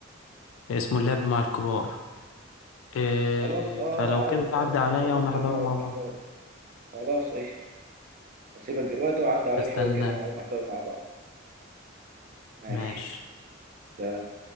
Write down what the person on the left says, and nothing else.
اسمه اللعب مع الكبار إيه
فلو
كده
عدى عليا
ونحضره
مع
بعض
استناك
ماشي